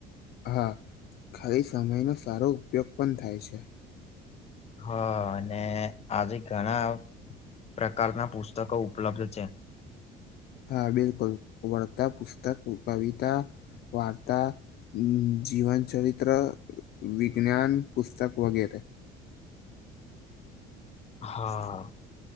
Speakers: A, on the left; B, on the left.
A: હા ખાલી સમયનો સારો ઉપયોગ પણ થાય છે.
B: હ અને આજે ઘણા પ્રકારના પુસ્તકો ઉપલબ્ધ છે.
A: હા બિલકુલ વાર્તા પુસ્તક કવિતા વાર્તા જીવન ચરિત્ર વિજ્ઞાન પુસ્તક વગેરે
B: હા